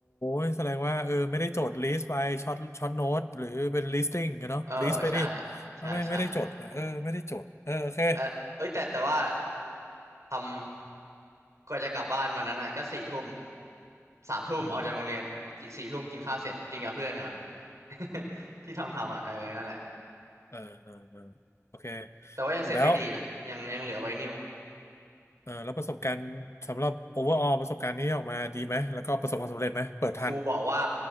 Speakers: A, on the left (about 60°); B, on the right (about 70°).
A: ยแสดงว่าเออไม่ได้จดลิสต์ไปช็อตช็อตโน้ตหรือเป็น listing กันเนาะลิสต์ไปดิ
B: เออใช่ใช่ใช่
A: ไม่งไม่ได้จดนะเออไม่ได้จดเออโอเค
B: แต่เอ้ยแต่แต่ว่าทำกว่าจะกลับบ้านวันนั้นอ่ะก็สี่ทุ่มสามทุ่มออกจากโรงเรียนกี่สี่ทุ่มกินข้าวเสร็จกินกับเพื่อนก่อน
A: อืม
B: <laughs> ที่ทำทำอ่ะเออนั่นแหละ
A: เออเออเออโอเค
B: แต่ว่ายังเสร็จไม่ดีนะยังยังเหลือไวนิล
A: แล้ว อ่าแล้วประสบการณ์สำหรับ overall ประสบการณ์นี้ออกมาดีไหมแล้วก็ประสบความสำเร็จไหมเปิดทัน
B: ครูบอกว่า